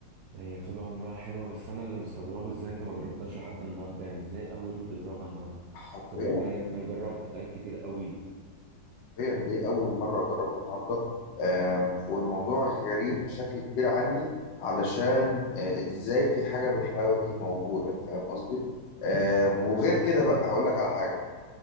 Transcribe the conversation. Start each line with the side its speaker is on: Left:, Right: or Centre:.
Right: هي طول عمرها حلوة بس أنا اللي مستغربه إزاي أنت ما جربتهاش لحد النهاردة يعني إزاي أول يوم تجربها النهاردة
Left: حرفيا
Right: بالرغم إن أنت مجرب أكلات كتير قوي
Left: حرفيا دي اول مره اجربها النهارده آم، والموضوع غريب بشكل كبير عني علشان آه، ازاي في حاجه بالحلاوه دي موجوده فاهم قصدي آم، وغير كده بقى هقول لك على حاجه